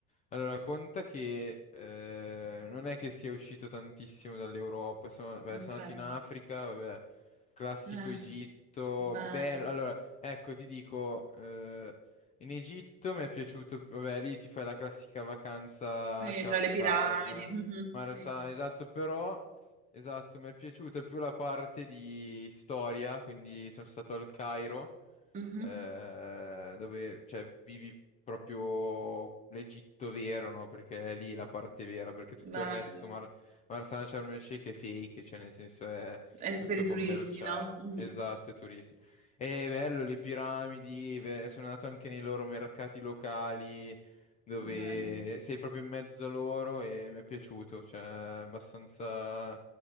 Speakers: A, on the left (about 20°); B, on the right (about 20°).
A: Allora, conta che eh, non è che sia uscito tantissimo dall'Europa, sono, beh,
B: Ok.
A: sono andato in Africa, vabbè, classico
B: Eh,
A: Egitto,
B: bello.
A: bello, allora, ecco, ti dico, eh, in Egitto mi è piaciuto, vabbè, lì ti fai la classica vacanza
B: Quindi
A: a Shar-
B: tra le piramidi.
A: Sharm,
B: mhm,
A: Mar
B: sì.
A: Salam, esatto, però... Esatto, mi è piaciuta più la parte di storia, quindi sono stato al Cairo,
B: mhm,
A: eh, dove cioè, vivi proprio l'Egitto vero, no? Perché è lì la parte vera, perché tutto
B: bello.
A: il resto, Mar Marsala Sharm el Sheikh è fake, cioè nel senso è
B: È
A: tutto
B: per i turisti,
A: commerciale.
B: no? Mm,
A: Esatto, è turistico. È bello, le piramidi, beh, sono andato anche nei loro mercati locali, dove
B: bello.
A: sei proprio in mezzo a loro e mi è piaciuto, cioè è abbastanza